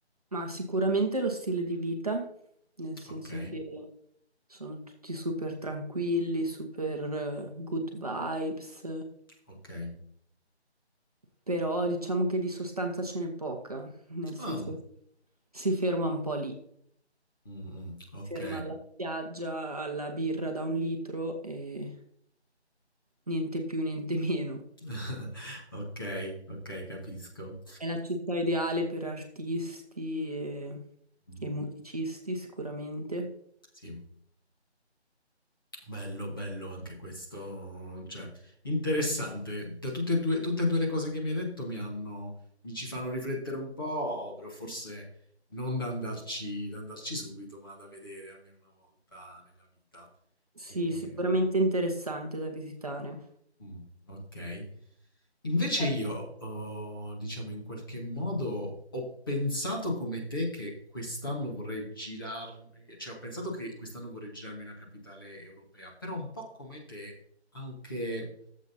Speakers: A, on the right; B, on the left.
A: ma sicuramente lo stile di vita, nel senso
B: Ok,
A: che sono tutti super tranquilli, super eh, good vibes.
B: ok.
A: però diciamo che di sostanza ce n'è poca, nel senso
B: Ah,
A: che si ferma un po' lì,
B: mm, mm, ok,
A: ferma alla spiaggia, alla birra da un litro e niente più, niente meno.
B: <laughs> ok, ok, capisco.
A: È la città ideale per artisti e,
B: Mh,
A: e musicisti, sicuramente.
B: sì, bello, bello anche questo, cioè interessante. Da tutte e 2 tutte e 2 le cose che mi hai detto mi hanno mi ci fanno riflettere un po', però forse non da andarci da andarci subito, ma da vedere almeno una volta nella vita.
A: Sì,
B: Ehm
A: sicuramente interessante da visitare.
B: Mh, okay. Invece
A: Da-
B: io, uhm, diciamo in qualche modo ho pensato come te che quest'anno vorrei girarmi cioè ho pensato che quest'anno vorrei girarmi in una capitale europea, però un po' come te anche